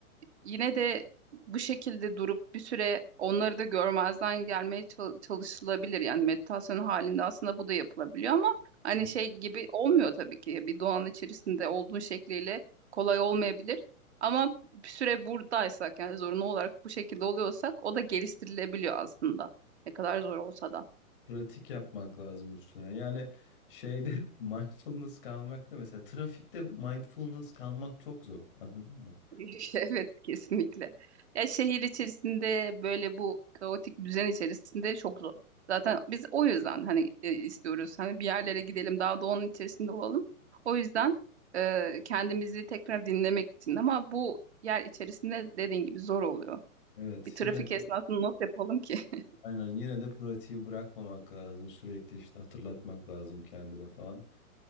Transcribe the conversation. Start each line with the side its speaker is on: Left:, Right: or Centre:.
Right: yine de bu şekilde durup bir süre onları da görmezden gelmeye çal- çalışılabilir. Yani meditasyon halinde aslında bu da yapılabiliyor ama hani
Left: hı.
Right: şey gibi olmuyor tabii ki. Bir doğanın içerisinde olduğun şekliyle kolay olmayabilir. Ama bir süre buradaysak yani zorunlu olarak bu şekilde oluyorsak o da geliştirilebiliyor aslında. Ne kadar zor olsa da.
Left: Pratik yapmak lazım üstüne. Yani şeyde <laughs> mindfulness kalmakta mesela trafikte mindfulness kalmak çok zor. Anladın mı?
Right: <laughs> Evet kesinlikle. Ya şehir içerisinde böyle bu kaotik düzen içerisinde çok zor. Zaten biz o yüzden hani e, istiyoruz hani bir yerlere gidelim daha doğanın içerisinde olalım. O yüzden e, kendimizi tekrar dinlemek için ama bu yer içerisinde dediğin gibi zor oluyor.
Left: Evet
Right: Bir trafik
Left: yine
Right: esnasında
Left: de
Right: not yapalım ki. <laughs>
Left: aynen yine de pratiği bırakmamak lazım. Sürekli işte hatırlatmak lazım kendine falan.